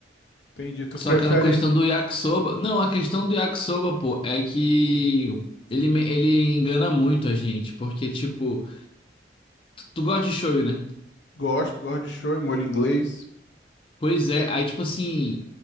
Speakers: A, on the left (about 80°); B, on the left (about 30°).
A: Entendi. Tu
B: Só
A: prefere
B: que na questão do yakisoba. Não, a questão do yakisoba, pô, é que ele, me- ele engana muito a gente. Porque, tipo, tu gosta de shoyu, né?
A: Gosto, gosto de shoyu, molho inglês,
B: Pois é, aí, tipo assim,